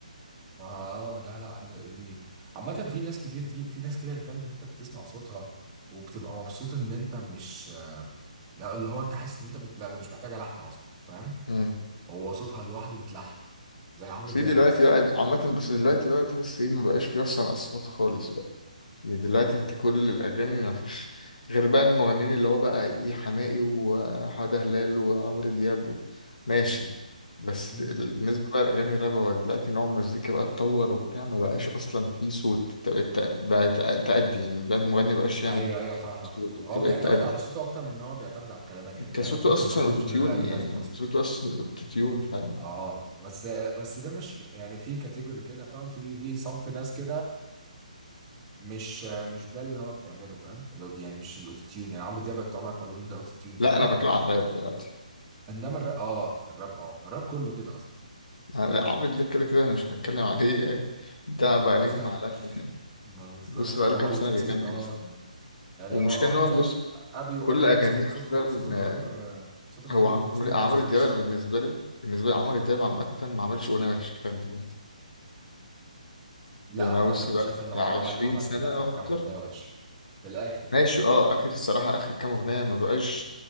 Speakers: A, on the right; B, on the left.
A: ما- اه لا لا عايدة الايوبي عامة في ناس كتير في, في ناس كده اللي فعلا انت بتسمع صوتها وبتبقى مبسوط ان انت مش لا اللي هو انت حاسس ان انت مش... لا ده مش محتاجة لحن اصلا فاهم
B: مم.
A: هو صوتها لوحده متلحن زي عمرو
B: في
A: دياب
B: دلوقتي
A: مثلا
B: بقى عامة بص دلوقتي بقى تحس إيه مبقاش في أصلا أصوات خالص يعني دلوقتي انت كل الاغاني ما فيش غير بقى المغنيين اللي هو بقى ايه حماقي وحمادة هلال وعمرو دياب و- ماشي بس
A: مم.
B: ال- بالنسبه بقى لاغاني الراب هو دلوقتي نوع المزيكا بقى اتطور وبتاع ما بقاش اصلا في صوت انت بقت تق- بقى تق- تأدي يعني دلوقتي المغني ما بقاش يعمل
A: ايوه ايوه فاهمك
B: صوت
A: اللي هو
B: انت
A: هو
B: بقت
A: بيعتمد
B: تأدي
A: على صوته اكتر من ان هو بيعتمد على الكلمات
B: انت
A: يعني الكلمات
B: صوته
A: ممكن
B: اصلا
A: ما تكونش
B: اوتوتيون
A: لها لا اي
B: يعني
A: لازمة
B: انت
A: اصلا
B: صوته اصلا اوتوتيون فاهم
A: اه بس بس ده مش يعني في كاتيجوري كده فاهم في في صنف ناس كده مش مش ده اللي هو بتعمله فاهم الأوت- يعني مش الاوتو تيون يعني عمرو دياب انت عمرك ما تقول إن ده اوتو تيون
B: لا
A: فاهم
B: انا بتكلم على الراب دلوقتي
A: انما الراب اه الراب اه الراب كله كده اصلا
B: لا عمرو دياب كده كده مش هنتكلم عليه يعني ده
A: آه،
B: بقى
A: ما بز-
B: نجم
A: <laughs>
B: عالمي
A: ما بالظبط
B: بص بقاله
A: انما
B: كام
A: الاوتو
B: سنة بيغني
A: تيون اه
B: أصلا
A: يعني
B: والمشكلة
A: واحد
B: إن هو
A: زي
B: بص
A: ابيو
B: كل
A: ابيو
B: أغانيه
A: مثلا
B: حرفيا
A: صوته صوته
B: آه،
A: من غير صوته من
B: هو
A: غير اوتو تيون
B: عمرو
A: ما
B: عمرو
A: يتسمعش
B: دياب أنا بالنسبة لي بالنسبة لي عمرو دياب عامة ما عملش أغنية وحشة لغاية دلوقتي
A: لا
B: يعني
A: عامة
B: أنا بص
A: انا
B: بقى
A: شايف ان هو
B: بتاع
A: عمل
B: 20
A: عمل
B: سنة
A: في الاخر
B: أو
A: كام
B: أكتر
A: اغنية وحش في الاخر
B: ماشي أه آخر الصراحة آخر كام أغنية ما بقاش